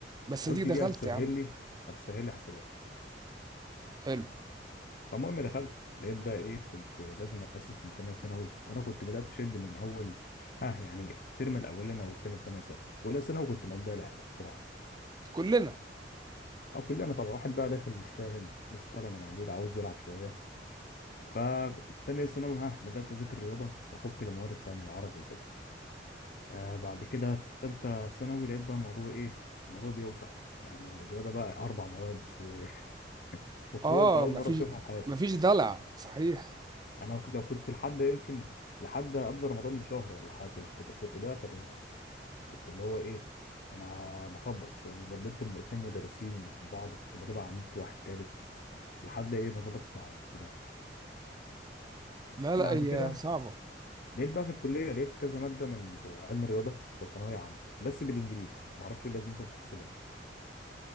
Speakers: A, on the right; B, on the left.
A: بس
B: قلت
A: دي دخلت
B: دي هتسهل
A: يا عم
B: لي هتسهل لي حسابات
A: حلو
B: فالمهم دخلت لقيت بقى ايه كنت لازم اتاسس من تانية ثانوي وانا كنت بدات اشد من اول اه يعني الترم الاولاني او التاني في تانية ثانوي اولى ثانوي كنت مقضيها لعب بصراحه
A: كلنا
B: او كلنا طبعا واحد بقى داخل مش فاهم لسه طالع من اعداد عاوز يلعب شويه فتانية ثانوي ها بدات اذاكر رياضه وافك المواد التانية العربي وكده آه بعد كده تالتة ثانوي لقيت بقى الموضوع ايه الموضوع بيوسع يعني الرياضه بقى اربع مواد و- <laughs> وفروع
A: اه
B: انت اول
A: مفيش
B: مره تشوفها في حياتك
A: مفيش دلع صحيح
B: يعني انا لو كنت لحد يمكن لحد قبل رمضان بشهر ولا حاجه كنت كنت ضايع في الرياضه كنت اللي هو ايه انا بخبط وبدلت م- اتنين مدرسين ببعض كنت بتابع عن نت واحد تالت لحد ايه ما ظبطت معايا في الاخر
A: لا لا
B: بعد
A: هي
B: كده
A: صعبة
B: لقيت بقى في الكليه لقيت كذا ماده من بتوع علم الرياضه بتوع ثانويه عامه بس بالانجليزي ما اعرفش ايه لازمتهم في حاسبات